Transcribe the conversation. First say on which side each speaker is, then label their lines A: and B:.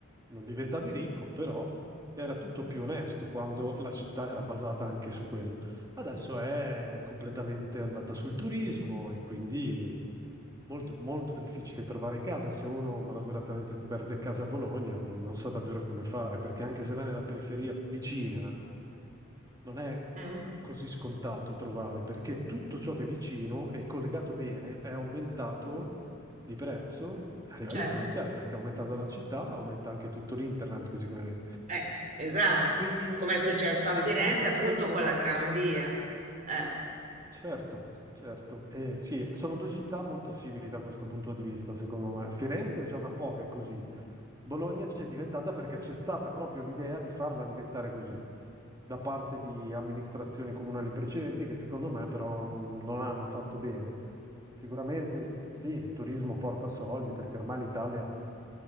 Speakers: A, on the right (about 20°); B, on the right (about 40°).
A: non diventavi ricco, però era tutto più onesto quando la città era basata anche su quello. Adesso è completamente andata sul turismo e quindi molto, molto difficile trovare casa. Se uno malauguratamente perde casa a Bologna, non, non sa davvero come fare, perché anche se va nella periferia vicina, non è
B: mm,
A: così scontato trovare, perché tutto ciò che è vicino e collegato bene è aumentato di prezzo a livello
B: certo.
A: esponenziale, perché aumentando la città aumenta anche tutto l'internet, così come...
B: Eh, esatto,
A: Quindi
B: come
A: se,
B: è successo
A: se
B: a Firenze
A: ti vuoi trasferire
B: appunto con la tranvia. Eh,
A: Certo, certo. Eh, sì, sono due città molto simili da questo punto di vista, secondo me. Firenze è già da un po' che è così. Bologna c'è diventata perché c'è stata proprio l'idea di farla diventare così, da parte di amministrazioni comunali precedenti che secondo me però non, non hanno fatto bene. Sicuramente sì, il turismo porta soldi perché ormai l'Italia